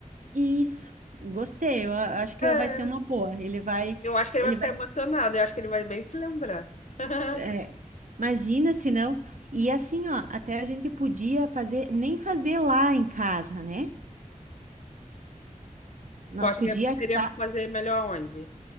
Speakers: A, on the right (about 65°); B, on the left (about 60°).
A: Isso. Gostei. Eu a- acho que
B: É.
A: vai ser uma boa. Ele vai.
B: Eu acho que ele
A: ele
B: vai ficar emocionado. Eu acho que ele vai bem se lembrar. <laughs>
A: É, imagina se não. E assim, ó, até a gente podia fazer, nem fazer lá em casa, né? Nós
B: Tu acha
A: podia
B: que
A: achar,
B: seria fazer melhor onde?